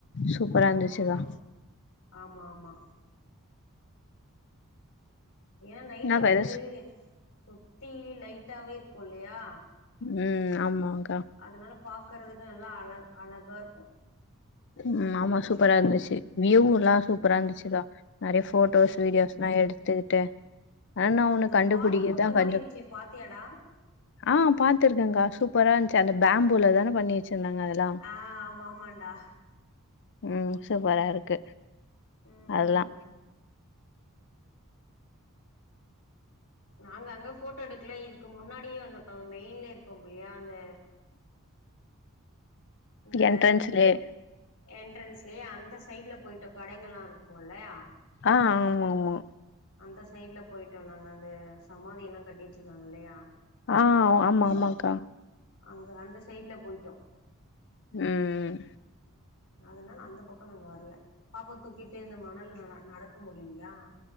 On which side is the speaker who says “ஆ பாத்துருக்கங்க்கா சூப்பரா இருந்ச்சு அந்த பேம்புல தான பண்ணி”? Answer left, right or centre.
Left